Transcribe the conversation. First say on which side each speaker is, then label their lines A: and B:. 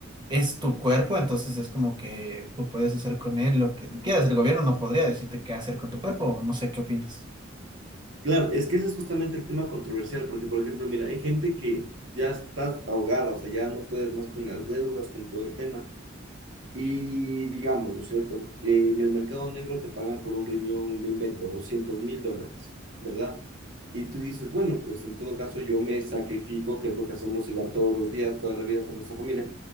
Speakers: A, on the right (about 25°); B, on the right (about 65°).
A: Es tu cuerpo, entonces es como que tú puedes hacer con él lo que tú quieras. El gobierno no podría decirte qué hacer con tu cuerpo, o no sé qué opinas.
B: Claro, es que ese es justamente el tema controversial, porque por ejemplo, mira, hay gente que ya estás ahogada, o sea, ya no puedes más con las deudas, con todo el tema Y digamos, ¿no es cierto? Eh, En el mercado negro te pagan por un riñón, me invento, doscientos mil dólares, ¿verdad? Y tú dices, bueno, pues en todo caso yo me sacrifico, que es lo que hacemos igual todos los días, toda la vida por nuestra familia.